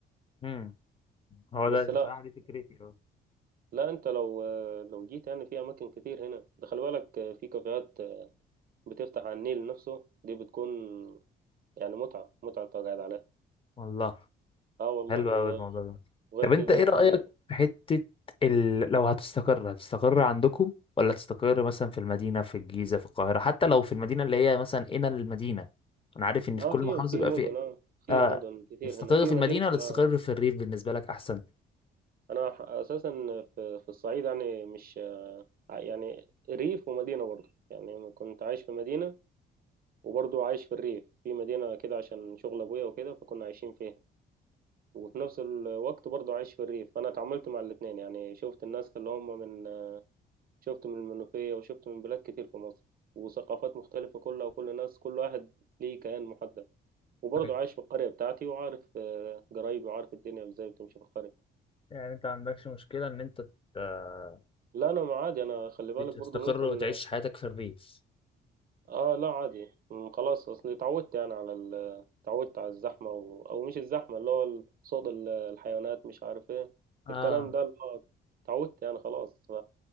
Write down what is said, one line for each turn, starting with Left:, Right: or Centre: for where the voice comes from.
Left: امم هو
Right: بس
Left: ده
Right: لا
Left: بصراحه دي فكرتي اه
Right: لا انت لو لو جيت يعني في اماكن كتير هنا ده خلي بالك في كافيهات بتفتح على النيل نفسه دي بتكون يعني متعة متعة انت قاعد عليها
Left: والله
Right: اه والله
Left: حلو قوي الموضوع ده
Right: وغير
Left: طب
Right: كده
Left: انت ايه رأيك
Right: في
Left: في حتة ال... لو هتستقر هتستقر عندكم ولا تستقر مثلا في المدينة في الجيزة في القاهرة حتى لو في المدينة اللي هي مثلا هنا المدينة انا عارف ان في
Right: اه
Left: كل
Right: في
Left: محافظة
Right: في
Left: بيبقى
Right: مدن
Left: فيها
Right: اه في
Left: آه...
Right: مدن كتير
Left: تستقر
Right: هنا في
Left: في المدينة
Right: مدينة اسمها
Left: ولا تستقر في الريف بالنسبة لك احسن
Right: انا اساسا في, في الصعيد يعني مش يعني ريف ومدينة برضه يعني كنت عايش في مدينة وبرضه عايش في الريف في مدينة كده عشان شغل ابويا وكده فكنا عايشين فيها وفي نفس الوقت برضه عايش في الريف فانا اتعاملت مع الاثنين يعني شفت الناس اللي هم من شفت من المنوفية وشفت من بلاد كتير في مصر وثقافات مختلفة كلها وكل الناس كل واحد ليه كيان محدد وبرضه
Left: طيب.
Right: عايش في القرية بتاعتي وعارف آه، قرايبي وعارف الدنيا ازاي بتمشي في القرية
Left: يعني انت عندكش مشكلة ان انت ت-
Right: لا انا ما عادي انا خلي بالك
Left: تستقر
Right: برضه ممكن
Left: وتعيش حياتك في الريف
Right: اه لا عادي م، خلاص اصلي اتعودت يعني على ال اتعودت على الزحمة و... او مش الزحمة اللي هو ال- صوت ال- الحيوانات مش عارف ايه
Left: اه
Right: الكلام ده اللي هو اتعودت يعني خلاص ف